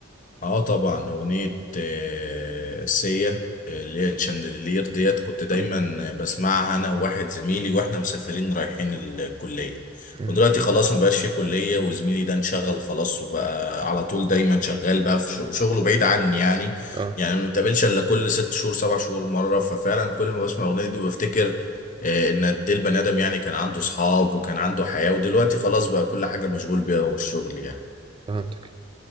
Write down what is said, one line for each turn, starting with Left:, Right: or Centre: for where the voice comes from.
Left: اه طبعا اغنية آه، سيا آه، اللي هي تشاندلير ديت كنت دايما
Right: اه
Left: بسمعها انا وواحد زميلي واحنا مسافرين رايحين الكلية
Right: مم.
Left: ودلوقتي خلاص مبقاش في كلية وزميلي ده انشغل خلاص وبقى على طول دايما شغال بقى في ش- وشغله بعيد عني يعني
Right: اه
Left: يعني ما بنتقابلش الا كل ست شهور سبع شهور مرة ففعلا كل ما بسمع الاغنية دي بفتكر آه، ان قد ايه البني ادم يعني كان عنده صحاب وكان عنده حياة ودلوقتي خلاص بقى كل حاجة مشغول بيها هو الشغل يعني
Right: فهمتك